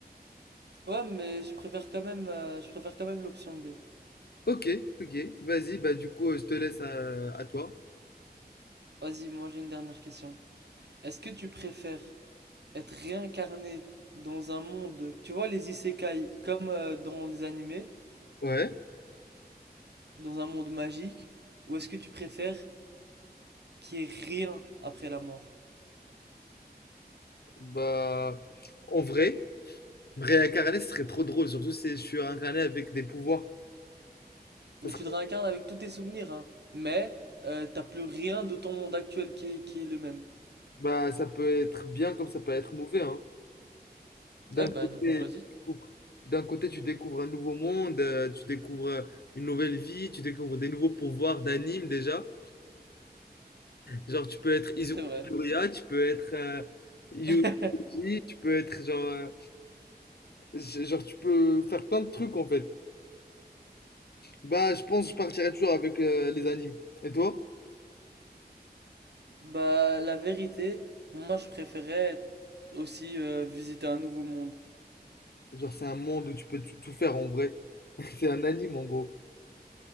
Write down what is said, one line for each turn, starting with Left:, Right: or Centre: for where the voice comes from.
Right: Ouais, mais je préfère quand même, euh, je préfère quand même l'option B.
Left: Ok, ok, vas-y, bah du coup, euh, je te laisse à, à toi.
Right: Vas-y, moi j'ai une dernière question. Est-ce que tu préfères être réincarné dans un monde, tu vois, les isekai, comme euh, dans les animés,
Left: Ouais,
Right: dans un monde magique, ou est-ce que tu préfères qu'il y ait rien après la mort?
Left: bah, en vrai, me réincarner, ce serait trop drôle, surtout si je suis incarné avec des pouvoirs. Ça
Right: Mais
Left: serait-
Right: tu te réincarnes avec tous tes souvenirs, hein, mais euh, t'as plus rien de ton monde actuel qui est, qui est le même.
Left: bah, ça peut être bien comme ça peut être mauvais, hein. D'un
Right: Ah oui,
Left: côté,
Right: bah du
Left: tu
Right: coup choisis.
Left: découvres, d'un côté, tu découvres un nouveau monde, euh, tu découvres euh, une nouvelle vie, tu découvres des nouveaux pouvoirs d'anime déjà. Genre, tu peux être Izuku
Right: C'est vrai.
Left: Midoriya, tu peux être euh, Yuji,
Right: <laughs>
Left: tu peux être genre, euh, g- genre, tu peux faire plein de trucs en fait. Bah, je pense que je partirais toujours avec euh, les animes. Et toi?
Right: Bah, la vérité, moi je préférais aussi euh, visiter un nouveau monde.
Left: Genre, c'est un monde où tu peux tu- tout faire en vrai. <laughs> C'est un anime en gros.